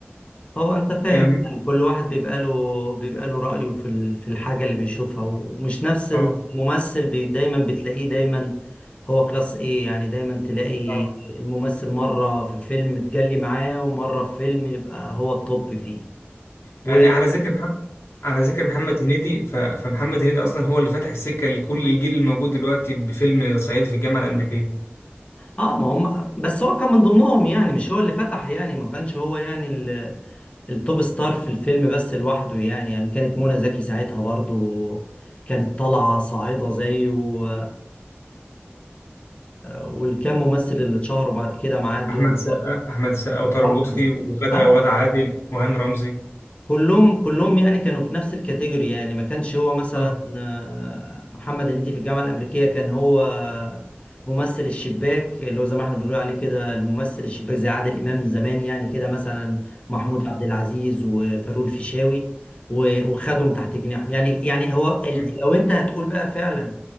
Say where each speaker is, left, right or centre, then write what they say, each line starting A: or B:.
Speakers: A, on the left (about 30°); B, on the left (about 80°).
A: هو انت فاهم
B: أم...
A: يعني كل واحد بيبقى له بيبقى له رأيه في ال- في الحاجة اللي بيشوفها ومش نفس الممثل
B: اه
A: بي دايما بتلاقيه دايما هو كلاس ايه يعني دايما تلاقي
B: اه
A: الممثل مرة في فيلم تجلي معاه ومرة في فيلم يبقى هو الطب فيه
B: يعني
A: و...
B: على ذكر محمد على ذكر محمد هنيدي ف... فمحمد هنيدي اصلا هو اللي فتح السكه لكل الجيل الموجود دلوقتي بفيلم صعيدي في الجامعه الامريكيه
A: اه ما هم بس هو كان من ضمنهم يعني مش هو اللي فتح يعني ما كانش هو يعني ال... التوب ستار في الفيلم بس لوحده يعني يعني كانت منى زكي ساعتها برضو كانت طالعة صاعدة زيه و... والكام ممثل اللي اتشهروا بعد كده معاه دول
B: احمد
A: برضه.
B: سقا احمد سقا وطارق
A: واحمد
B: لطفي
A: الس-
B: وغدا
A: اه
B: وغدا عادل وهاني رمزي
A: كلهم كلهم يعني كانوا في نفس الكاتيجوري يعني ما كانش هو مثلا
B: اه
A: آه، محمد هنيدي في الجامعة الأمريكية كان هو ممثل الشباك اللي هو زي ما احنا بنقول عليه كده الممثل الشباك زي عادل إمام زمان يعني كده مثلا محمود
B: آه.
A: عبد العزيز وفاروق الفيشاوي و- وخدهم تحت جناحه يعني يعني هو ال-
B: مم.
A: لو أنت هتقول بقى فعلا